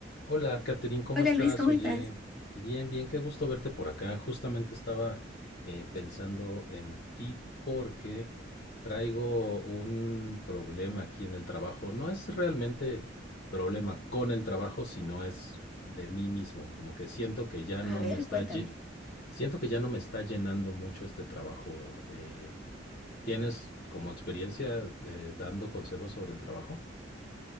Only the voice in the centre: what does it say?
Hola
Luis, ¿cómo
estás?
A
ver,
cuéntame.